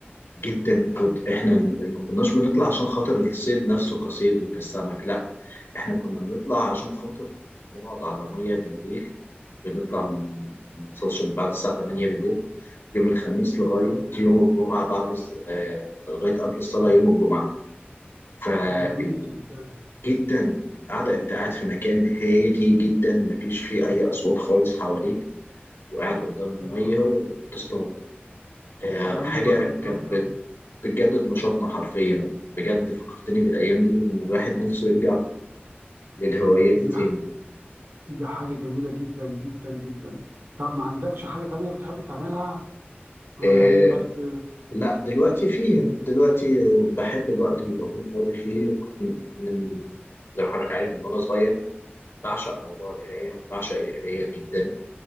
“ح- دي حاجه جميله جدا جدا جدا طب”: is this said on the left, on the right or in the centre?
Right